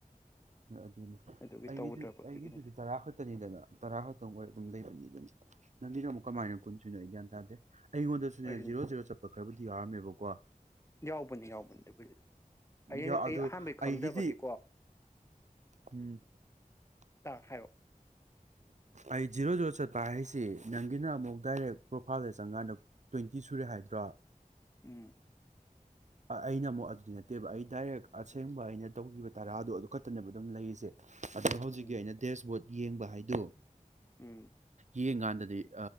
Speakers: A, on the right; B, on the left.
A: ꯑꯗꯨꯅꯤ
B: ꯑꯗꯨꯒꯤ
A: ꯑꯩꯒꯤꯗꯨ
B: ꯇꯧꯗ꯭ꯔꯕ ꯑꯗꯨꯒꯤꯅꯤꯗ
A: ꯑꯩꯒꯤꯗꯨꯗꯤ ꯇꯔꯥ ꯈꯛꯇꯅꯤꯗꯅ ꯇꯔꯥ ꯈꯛꯇꯪ ꯑꯣꯏ ꯑꯗꯨꯝ ꯂꯩꯕꯅꯤꯗꯅ꯫ ꯅꯪꯒꯤꯅ ꯑꯃꯨꯛ ꯀꯃꯥꯏꯅ ꯀꯨꯟꯁꯨꯏꯅꯣ ꯑꯩ ꯒ꯭ꯌꯥꯟ ꯇꯥꯗꯦ꯫ ꯑꯩꯉꯣꯟꯗꯁꯨꯅꯦ
B: ꯑꯩꯁꯨꯅꯦ
A: ꯖꯤꯔꯣꯖꯔꯣ ꯆꯠꯄ꯫ ꯈꯔꯕꯨꯗꯤ ꯍꯥꯔꯝꯃꯦꯕꯀꯣ꯫
B: ꯌꯥꯎꯕꯅꯤ ꯌꯥꯎꯕꯅꯤ ꯑꯕꯨꯗꯤ
A: ꯌꯥ
B: ꯑꯩ
A: ꯑꯗꯨ
B: ꯑꯩ ꯑꯍꯥꯟꯕꯩ ꯈꯪꯗꯕꯒꯤ꯫
A: ꯑꯩꯒꯤꯗꯤ ꯎꯝ꯫
B: ꯇꯥ ꯍꯥꯏꯔꯛꯑꯣ꯫
A: ꯑꯩ ꯖꯤꯔꯣ ꯖꯤꯔꯣ ꯆꯠꯄ ꯍꯥꯏꯁꯤ ꯅꯪꯒꯤꯅ ꯑꯃꯨꯛ ꯗꯥꯏꯔꯦꯛ ꯄ꯭ꯔꯣꯐꯥꯏꯜꯗ ꯆꯪꯀꯥꯟꯗ ꯇ꯭ꯋꯦꯟꯇꯤ ꯁꯨꯔꯦ ꯍꯥꯏꯗ꯭ꯔꯣ꯫
B: ꯎꯝ꯫
A: ꯑꯩꯅ ꯑꯃꯨꯛ ꯑꯗꯨꯗꯤ ꯅꯠꯇꯦꯕ ꯑꯩ ꯗꯥꯏꯔꯦꯛ ꯑꯁꯦꯡꯕ ꯑꯩꯅ ꯇꯧꯒꯤꯕ ꯇꯔꯥꯗꯣ ꯑꯗꯨ ꯈꯛꯇꯅꯦꯅꯕ ꯑꯗꯨꯝ ꯂꯩꯔꯤꯁꯦ꯫ ꯑꯗꯨꯒ ꯍꯧꯖꯤꯛꯀꯤ
B: ꯎꯝ
A: ꯑꯩꯅ ꯗꯦꯁꯕꯨꯠ꯫ ꯌꯦꯡꯕ ꯍꯥꯏꯗꯣ꯫
B: ꯎꯝ‌
A: ꯌꯦꯡꯀꯥꯟꯗꯗꯤ